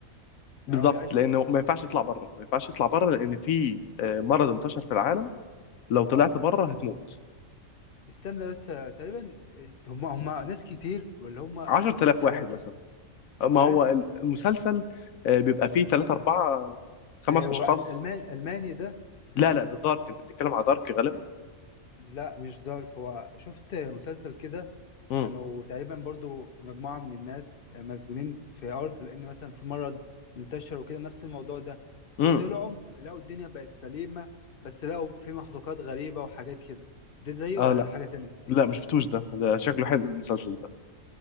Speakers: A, on the left; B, on the left.
A: بالظبط
B: يعني هما بيعيشوا
A: لانه
B: في ال...
A: ما ينفعش يطلع بره ما ينفعش يطلع بره لان في آه، مرض انتشر في العالم لو طلعت
B: اه
A: بره هتموت
B: استنى بس تقريبا هما هما ناس كتير ولا هما
A: 10000
B: اتنين تلاتة
A: واحد مثلا ما
B: اه,
A: هو ال- المسلسل آه، بيبقى فيه 3 4 خمس
B: آه والألمان
A: اشخاص
B: ألماني ده
A: لا لا ده دارك انت بتتكلم على دارك غالبا
B: لا مش دارك هو شفت مسلسل كده
A: امم
B: كانوا تقريبا برضو مجموعة من الناس مسجونين في أرض لأن مثلا في مرض انتشر وكده نفس الموضوع ده
A: امم
B: وطلعوا لقوا الدنيا بقت سليمة بس لقوا في مخلوقات غريبة وحاجات كده ده زيه
A: اه
B: ولا
A: لا
B: ده حاجة تانية؟
A: لا ما شفتوش ده ده شكله حلو المسلسل ده